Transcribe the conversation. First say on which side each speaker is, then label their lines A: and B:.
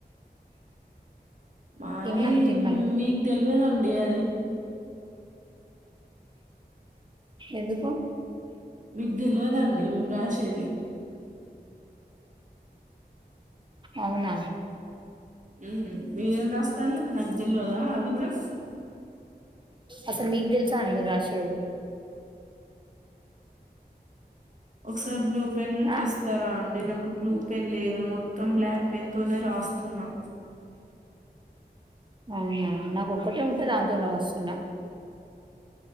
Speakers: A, on the right; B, on the right.
A: మాది
B: తిన్నాం తిన్నాం
A: మీకు తెల్వదండి అది
B: ఎందుకు
A: మీకు తెలివదండి మేము రాసేది
B: అవునా
A: హు మీరేం రాస్తార్లు నాకు తెలివదా అది కూడా
B: అస్ మీకు ద్ సాను మీ రాసే
A: ఒకస బ్లు పెన్ను ఉంటే
B: ఆ
A: ఇస్తారా అండి నాకు బ్లూ పెన్ లేదు మొత్తం బ్లాక్ పెన్ తోనే రాస్తున్నా
B: అవునా నాకు ఒక్కటే ఉంటే దాంతో రాస్తున్నా